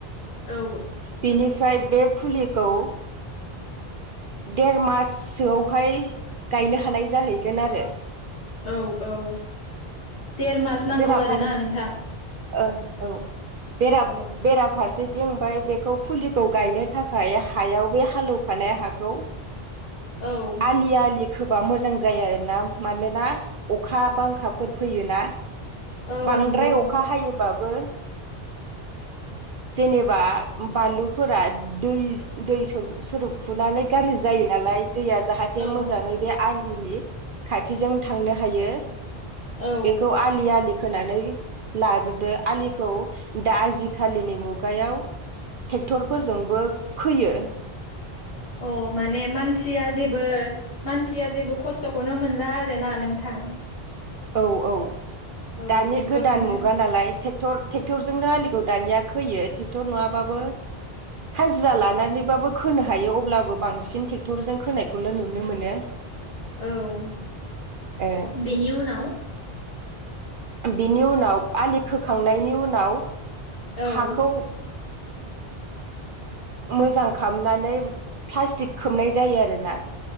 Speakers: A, on the left; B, on the right.
A: औ
B: बिनिफ्राय बे फुलिखौ देर माससोआवहाय गायनो हानाय जाहैगोन आरो।
A: औ औ देर मास नांगौ
B: बेराफारस
A: आरोना नोंथां
B: ओं औ बेरा
A: औ
B: बेराफारसे दि ओमफाय बेखौ फुलिखौ गायनो थाखाय हायाव बे हालेवखानाय हाखौ
A: औ।
B: आलि आलि खोबा मोजां जायो आरोना मानोना अखा बांखाफोर फैयोना।
A: औ
B: बांद्राय
A: नंगौ नोंथां
B: अखा हायोबाबो जेनेबा बानलुफोरा दै दै सो सोरोब फुनानै गाज्रि जायो नालाय दैया जाहाथे
A: औ
B: मोजाङै बे आलिनि खाथिजों थांनो हायो।
A: औ
B: बेखौ आलि आलि खोनानै लाग्रोदो आलिखौ दा जि खालिनि मुगायाव ट्रेक्टरफोरजोंबो खोयो।
A: अ माने मानसिया जेबो मानसिया जेबो खस्थ'खौनो मोनला आरो ना नोंथां।
B: औ औ
A: औ
B: दानि
A: ट्रेक्टरजोंनो
B: गोदान मुगा नालाय। ट्रेक्टर ट्रेक्टरजोंनो आलिखौ दानिया खोयो ट्रेक्टर नङा बाबो हाजिरा लानानैबाबो खोनो हायो अब्लाबो बांसिन ट्रेक्टरजों खोनायखौनो नुनो मोनो।
A: औ
B: ओ
A: बेनि उनाव
B: बिनि उनाव आलि खोखांनायनि उनाव
A: औ
B: हाखौ
A: <inaudible>
B: मोजां खालामनानै प्लास्टिक खोबनाय जायो आरोना